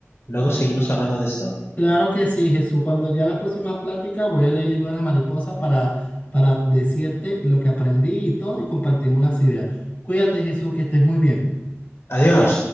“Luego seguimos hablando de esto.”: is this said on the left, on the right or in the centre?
Left